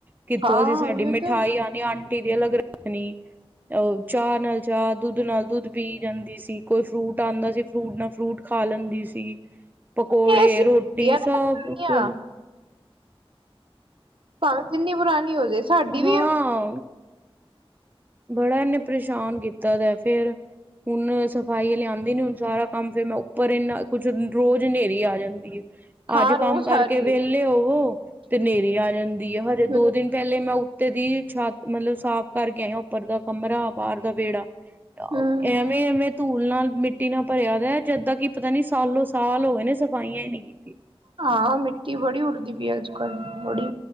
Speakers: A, on the right (about 20°); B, on the right (about 60°).
A: ਕਿੱਥੋਂ
B: ਹਾਂ
A: ਦੀ ਸਾਡੀ
B: ਉਹੀਓ
A: ਮਿਠਾਈ
B: ਤੇ
A: ਆਨੀ ਆਂ ਰੋਟੀ ਵੀ ਅਲੱਗ ਰੱਖਣੀ ਅ ਚਾਹ ਨਾਲ ਚਾਹ, ਦੁੱਧ ਨਾਲ ਦੁੱਧ ਪੀ ਜਾਂਦੀ ਸੀ, ਕੋਈ ਫਰੂਟ ਆਂਦਾ ਸੀ, ਫਰੂਟ ਨਾਲ ਫਰੂਟ ਖਾ ਲੈਂਦੀ ਸੀ। ਪਕੌੜੇ
B: ਏਸੀ ਹੁੰਦੀਆਂ
A: ਰੋਟੀ
B: ਨਾ
A: ਸਭ
B: ਪੁਰਾਣੀਆਂ
A: ਕੁ <unintelligible>
B: ਭਾਵੇਂ ਜਿੰਨੀ ਪੁਰਾਣੀ ਹੋ ਜਾਏ ਸਾਡੀ
A: ਹਾਂ।
B: ਵੀ
A: ਬੜਾ ਇਨੇ ਪਰੇਸ਼ਾਨ ਕੀਤਾ ਦਾ ਫੇਰ ਹੁਣ ਸਫ਼ਾਈ ਹਲੇ ਆਂਦੀ ਨੀ ਹੁਣ ਸਾਰਾ ਕੰਮ ਫਿਰ ਮੈਂ ਉੱਪਰ ਇਨਾ ਕੁੱਝ, ਰੋਜ਼ ਹਨੇਰੀ ਆ ਜਾਂਦੀ ਏ।
B: ਹਾਂ
A: ਅੱਜ
B: ਰੋਜ਼
A: ਕੰਮ ਕਰਕੇ
B: ਆ ਰਹੀ
A: ਵਿਹਲੇ
B: ਏ।
A: ਹੋਵੋ, ਤੇ ਨੇਰੀ ਆ ਜਾਂਦੀ ਐ ਹਜੇ
B: ਹੂੰ
A: ਦੋ ਦਿਨ ਪਹਿਲੇ ਮੈਂ <unintelligible> ਦੀ ਛੱਤ ਮਤਲਬ ਸਾਫ਼ ਕਰਕੇ ਆਏ ਆ। ਉੱਪਰ ਦਾ ਕਮਰਾ, ਬਾਰ ਦਾ ਵੇੜਾ
B: ਹੂੰ
A: ਐਵੇਂ-ਐਵੇਂ ਧੂਲ ਨਾਲ ਮਿੱਟੀ ਨਾਲ ਭਰਿਆ ਦ, ਜਿੱਦਾਂ ਕੀ ਪਤਾ ਨੀ ਸਾਲੋ-ਸਾਲ ਹੋਗੇ ਨੇ ਸਫਾਈਆਂ ਈ ਨੀ ਕੀਤੀ।
B: ਹਾਂ, ਮਿੱਟੀ ਬੜੀ ਉੱਡਦੀ ਪਈ ਅੱਜ ਕੱਲ੍ਹ ਬੜੀ